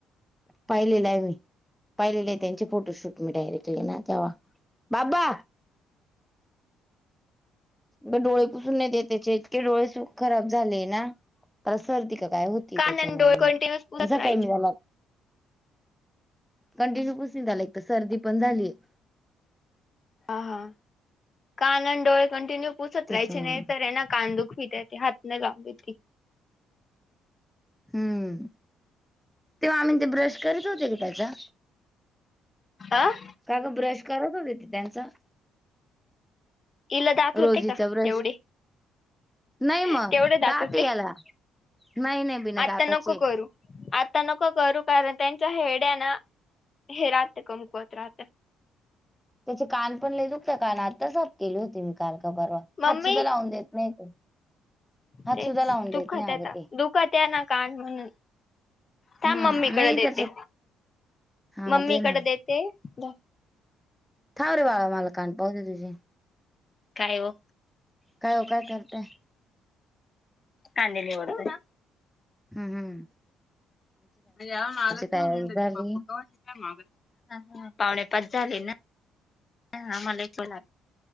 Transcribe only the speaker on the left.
कान आणि
डोळे कंटिन्यूअस पुसत
राहायचे
हा हा कान आणि डोळे कंटिन्यू पुूसत
राहाचे नाही तरर एना कान दुखवी देत ते हातने लावून द त
आह
इल जात होते
का
तेवढी
तेवढं
जात हो
ते
आत्ता नको करू आता नको करू कारण त्यांच्या हेड्या ना हे राहते कमकवत राहते
मम्मी
तेच
दुखद
आहेता
दुखत आहे ना कान म्हणून थांब
मम्मीकडे
देते
मम्मीकडे
देते ते द
काय हो
कंटिन्यूत
याव ना आलग्यव
हती
प प कावाट <unintelligible> पावणे पाच झाले ना मला एकला